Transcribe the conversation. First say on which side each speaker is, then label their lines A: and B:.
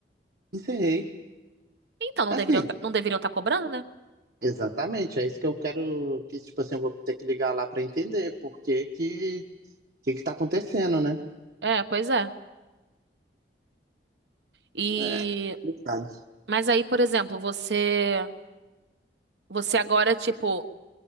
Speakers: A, on the right; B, on the right.
A: Encerrei.
B: Então, não
A: Assim,
B: deveriam, tá- não deveriam estar cobrando, né?
A: exatamente. É isso que eu quero. Que, tipo assim, eu vou ter que ligar lá pra entender por que que. O que que tá acontecendo, né?
B: É, pois é. E
A: É complicado.
B: mas aí, por exemplo, você você agora tipo